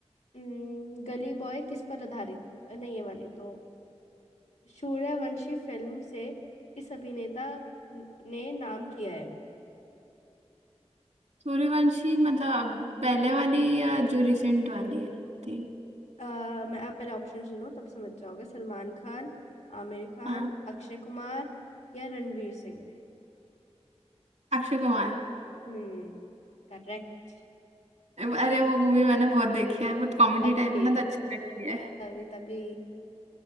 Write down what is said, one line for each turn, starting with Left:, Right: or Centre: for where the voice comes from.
Left: हम्म, गली बॉय किस पर आधारित नहीं ये वाली तो सूर्यवंशी फिल्म से किस अभिनेता न- ने नाम किया है
Right: सूर्यवंशी मतलब अब पहले वाली या जो रिसेंट वाली है थी
Left: अ, मैं आप पहले ऑप्शन सुनो तब समझ जाओगे सलमान खान आमिर खान
Right: हाँ
Left: अक्षय कुमार या रणवीर सिंह ने
Right: अक्षय कुमार
Left: हम्म करेक्ट
Right: अरे वो मूवी मैंने बहुत देखी है बहुत कॉमेडी
Left: तभी
Right: टाइप है ना तो अच्छी लगती है
Left: तभी तभी